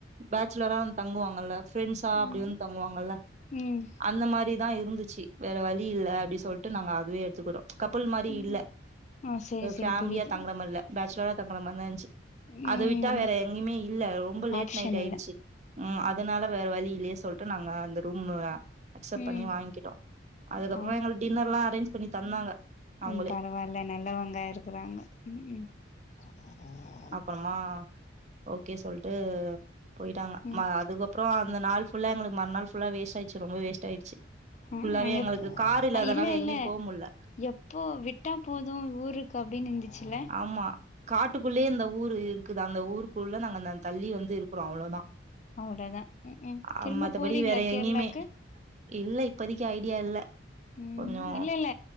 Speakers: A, on the right; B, on the left.
A: பேச்சுலரா வந்து தங்குவாங்கல்ல ஃப்ரெண்ட்ஸா
B: ஆமா
A: அப்டி வந்து தங்குவாங்கல்ல
B: ம்
A: அந்த மாரி தா இருந்துச்சு வேற வலி இல்ல அப்டி சொலட்டு நாங்க அதுவே எடுத்துக்குடோ ச் கப்புல் மாரி
B: ம்
A: இல்ல
B: ஆ செரி செரி
A: ஃபேமிலியா
B: புரியுது
A: தங்குற மாரில்ல பேச்சுலரா தங்குற மாரிதா இருந்ச்சு
B: ம்
A: அதவிட்டா
B: என்ன
A: வேற எங்கயுமே இல்ல ரொம்ப லேட்
B: ஆப்ஷன்
A: நைட் ஆயிடுச்சு
B: இல்ல
A: ம் அதனால வேற வலி இல்லயே சொல்ட்டு நாங்க அந்த ரூம் அக்சப்ட் பண்ணி
B: ம்
A: வாங்க்கிட்டோ அதுக்கப்புறோ
B: ஆமா
A: எங்கள்க்கு டின்னர் லா அரேஞ் பண்ணி தந்தாங்க அவங்களே
B: ம் பரவால நல்லவங்க இருக்கறாங்க ம்ம்
A: அப்பறமா ஓகே சொல்ட்டு போயிட்டாங்க
B: ம்
A: மா அதுக்கப்புறோ அந்த நாள் ஃபுல்லா எங்களுக்கு மறுநாள் ஃபு ஃபுல்லா வேஸ்ட் ஆயிச்சு ரொம்பவே வேஸ்ட் ஆயிடுச்சு
B: ஆ
A: ஃபுல்லாவே
B: ஆ
A: எங்களுக்கு
B: எப்
A: கார் இல்லாதனால
B: அ இல்ல
A: எங்கயு
B: இல்ல
A: போமுல்ல
B: எப்போ விட்டா போது ஊருக் கு அப்டின்னு இருந்துச்சில
A: ஆமா காட்டுக்குள்ளயே இந்த ஊரு இருக்குது அந்த ஊருக்குள்ள நாங்க அந் தள்ளி வந்து இருக்றோ அவ்ளோதா
B: அவ்ளோதா உ உக் திரும்ப
A: அ மத்தபடி
B: போறீங்களா
A: வேற
B: கேர்ளாக்கு
A: எங்கேயுமே இல்ல இப்பதைக்கு ஐடியா இல்ல
B: உம்
A: கொஞ்சோ
B: இல்ல இல்ல